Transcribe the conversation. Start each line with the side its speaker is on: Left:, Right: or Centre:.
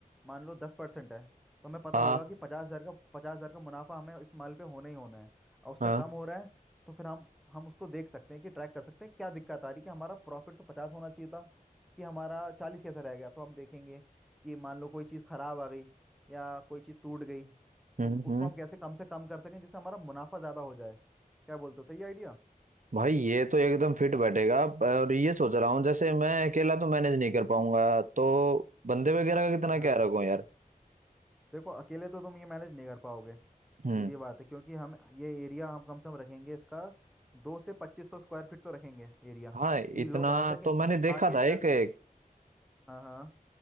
Centre: मान लो दस परसेंट है तो हमें पता
Right: हाँ
Centre: होगा कि पचास हज़ार का पचास हज़ार का मुनाफा हमें इस माल पे होना ही होना है और उससे
Right: हाँ
Centre: कम हो रहा है तो फिर हम हम उसको देख सकते हैं कि ट्रैक कर सकते हैं क्या दिक्कत आ रही है कि हमारा प्रॉफिट तो पचास होना चाहिए था कि हमारा चालीस कैसे रह गया तो हम देखेंगे कि मान लो कोई चीज़ ख़राब आ गई या कोई चीज़ टूट गई
Right: हम्म
Centre: तो उसको
Right: हम्म
Centre: हम कैसे कम से कम कर सकें जिससे हमारा मुनाफा ज़्यादा हो जाए क्या बोलते हो सही आइडिया
Right: भाई ये तो एकदम फिट बैठेगा प- और ये सोच रहा हूँ जैसे मैं अकेला तो मैनेज नहीं कर पाऊंगा तो बंदे वगैरह का कितना
Centre: हाँ
Right: क्या रखूं यार
Centre: देखो अकेले तो तुम ये मैनेज नहीं कर पाओगे
Right: हम्म
Centre: सीधी बात है क्योंकि हम ये एरिया हम कम से कम रखेंगे इसका दो से पच्चीस सौ स्क्वायर फीट तो रखेंगे एरिया
Right: हाँ इतना
Centre: कि लोग आ सके
Right: तो मैंने देखा
Centre: आके
Right: था एक,
Centre: चल
Right: एक
Centre: हाँ हाँ